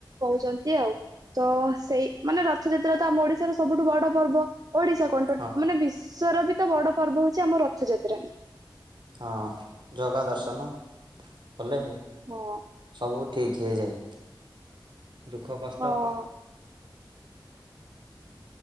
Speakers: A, on the right; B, on the right.
A: କହୁଚନ୍ତି, ଆଉ ତ ସେଇ ମାନେ ରଥଯାତ୍ରା ତ ଆମ ଓଡିଶାର ସବୁଠୁ ବଡ ପର୍ବ। ଓଡିଶା କଣ ଟୋ-
B: ହଁ
A: ମାନେ ବିସ୍ ଶ୍ୱର ବି ତ ବଡ ପର୍ବ ହଉ ଚି ଆମ ରଥଯାତ୍ରା।
B: ହଁ ଜଗା ଦର୍ଶନ କଲେ
A: ହଁ
B: ସବୁ ଠିକ୍ ହେଇଯାଏ। ଦୁଃଖ, କଷ୍ଟ
A: ହଁ